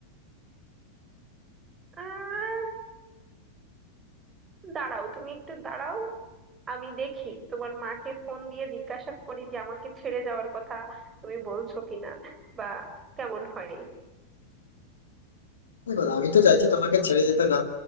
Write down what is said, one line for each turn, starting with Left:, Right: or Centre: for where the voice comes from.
Right: আহ দাঁড়াও তুমি একটু দাঁড়াও আমি দেখি তোমার মাকে ফোন দিয়ে জিজ্ঞাসা করি যে আমাকে ছেড়ে যাওয়ার কথা তুমি বলছো কিনা বা কেমন হয়
Left: দেখো আমি তো চাইছি তোমাকে ছেড়ে যেতে না